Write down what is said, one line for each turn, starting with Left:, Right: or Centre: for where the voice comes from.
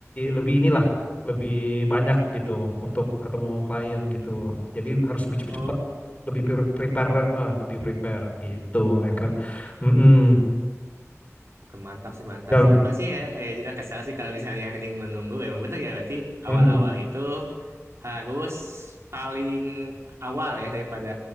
Left: lebih inilah lebih banyak gitu untuk ketemu klien gitu. Jadi harus lebih cepet-cepet,
Right: oh
Left: lebih pre- prepare, eh, lebih prepare gitu.
Right: lagi.
Left: Eka. Mm-mm.
Right: Oke mantap sih mantap
Left: Dan
Right: sih emang sih ya kayak juga kesal sih kalau misalnya <laughs> anjing menunggu emang bener ya berarti awal-awal
Left: mm-mm.
Right: itu harus paling awal ya daripada